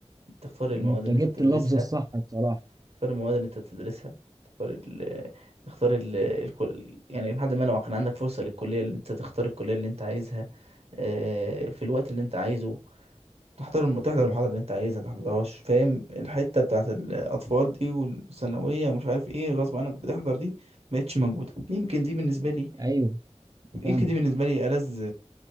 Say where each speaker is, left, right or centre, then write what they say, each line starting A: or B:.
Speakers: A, on the right (about 60°); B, on the right (about 30°).
A: بتختار
B: انت
A: المواد اللي
B: جبت
A: انت بتدرسها
B: اللفظ الصح بصراحه
A: تختار المواد اللي انت بتدرسها تختار ال تختار ال الكل... يعني لحد ما لو كان عندك فرصة للكلية اللي انت تختار الكلية اللي انت عايزها آه، في الوقت اللي انت عايزه تحضر الم... تحضر المحاضرة اللي انت عايزها متحضرهاش فاهم الحتة بتاعت الأطفال دي والثانوية ومش عارف ايه غصب عنك بتحضر دي مبقتش موجودة يمكن دي بالنسبة لي
B: ايوه
A: يمكن
B: فاهمك
A: دي بالنسبة لي ألذ